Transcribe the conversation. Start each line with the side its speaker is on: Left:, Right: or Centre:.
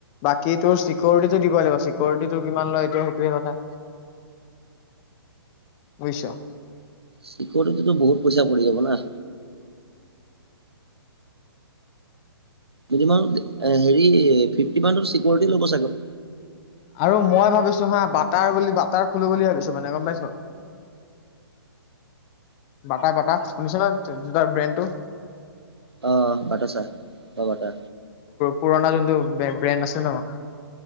Left: বাকী তোৰ চিকিউৰিটিটো দিব লাগিব, চিকিৰিটিটো কিমান লয় এতিয়া সেইটোহে কথা, বুজিছ।
Right: চিকিউৰিটিটো বহুত পইচা পৰি যাব না। মিনিমাম হেৰি, ফিফটি মান ত চিকিৰিটি ল'ব চাগৈ।
Left: আৰু মই ভাবিছো হা বাটাৰ বুলি বাটাৰ খুলো বুলি ভাবিছো মানে গম পাইছ, বাটা বাটা শুনিছা নহয় জোতাৰ ব্ৰেণ্ডটো।
Right: অ বাটা চা বা বাটা
Left: পুৰণা যোনটো বেণ্ড। ব্ৰেণ্ড আছে ন।